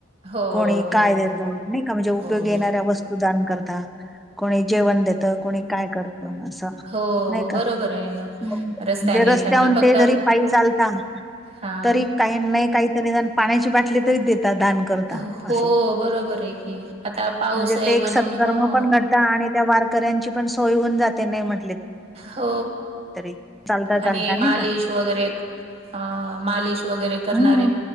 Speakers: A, on the right; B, in the centre.
A: हो,
B: कोणी काय
A: हो,
B: देतं नय का म्हणजे उपयोगी
A: हो.
B: येणाऱ्या वस्तूदान करता कुणी जेवण देतं, कुणी काय करतं असं
A: हो
B: नाय का
A: बरोबर
B: हम्म
A: आहे ना रस्त्याने
B: रस्त्याहून
A: त्यांना फक्त
B: ते जरी पायी चालता
A: हा.
B: तरी काय नाइ कायतरी पाण्याची बाटली तरी देतात दान करता
A: हो
B: असं
A: बरोबर आहे की आता पाऊस
B: म्हणजे
A: आहे
B: ते एक
A: म्हणून
B: सत्कर्म
A: ह
B: पण घड तं आणि त्या वारकऱ्यांची पण सोय होऊन जाते नाही म्हटले
A: हो
B: तरी चालता
A: आणि
B: चालता नाही
A: मालिश
B: का
A: वगैरे अ मालीश वगैरे करणारे
B: हम्म